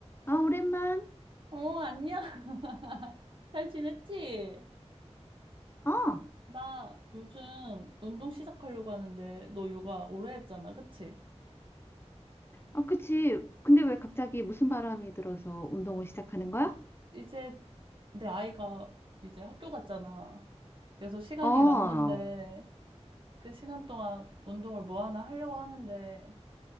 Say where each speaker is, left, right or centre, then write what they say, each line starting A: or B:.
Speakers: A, on the left (about 20°); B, on the right (about 50°).
A: 아, 오랜만.
B: 어, 안녕. <laughs> 잘 지냈지?
A: 어,
B: 나 요즘 운동 시작하려고 하는데, 너 요가 오래 했잖아, 그치?
A: 어, 그치. 근데 왜 갑자기 무슨 바람이 들어서 운동을 시작하는 거야?
B: 이제 내 아이가 이제 학교 갔잖아. 그래서 시간이
A: 어,
B: 남는데, 그 시간 동안 운동을 뭐 하나 하려고 하는데,